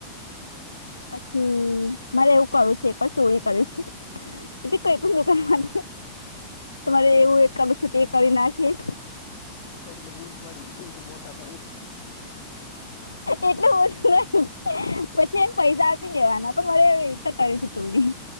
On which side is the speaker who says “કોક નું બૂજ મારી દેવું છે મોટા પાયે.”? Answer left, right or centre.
Left